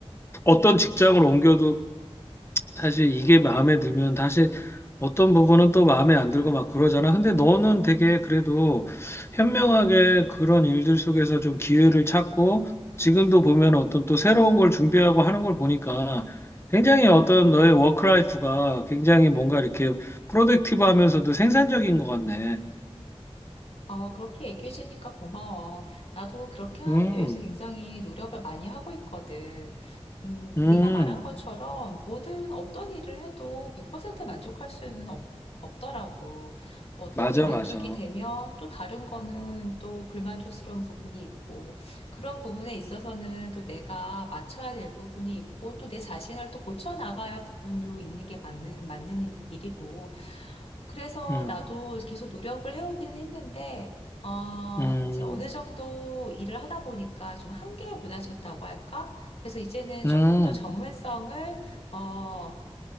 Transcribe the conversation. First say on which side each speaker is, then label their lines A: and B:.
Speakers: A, on the left; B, on the left.
A: 어떤 직장을 옮겨도 사실 이게 마음에 들면 다시 어떤 부분은 또 마음에 안 들고 막 그러잖아. 근데 너는 되게 그래도 현명하게 그런 일들 속에서 좀 기회를 찾고 지금도 보면 어떤 또 새로운 걸 준비하고 하는 걸 보니까 굉장히 어떤 너의 워크라이프가 굉장히 뭔가 이렇게 프로덕티브 하면서도 생산적인 것 같네.
B: 어, 그렇게 얘기해 주니까 고마워. 나도 그렇게 하기
A: 음,
B: 위해서 굉장히 노력을 많이 하고 있거든. 음,
A: 음,
B: 네가 말한 것처럼 모든 어떤 일을 해도 100% 만족할 수는 없, 없더라고. 어떤
A: 맞아,
B: 게 만족이
A: 맞아.
B: 되면 또 다른 거는 또 불만족스러운 부분이 있고, 그런 부분에 있어서는 또 내가 맞춰야 될 부분이 있고, 또 내 자신을 또 고쳐 나가야 할 부분도 있는 게 맞는, 맞는 일이고, 그래서
A: 음,
B: 나도 계속 노력을 해오기는 했는데, 어,
A: 음,
B: 이제 어느 정도 일을 하다 보니까 좀 한계에 부딪혔다고 할까? 그래서 이제는
A: 음,
B: 조금 더 전문성을, 어,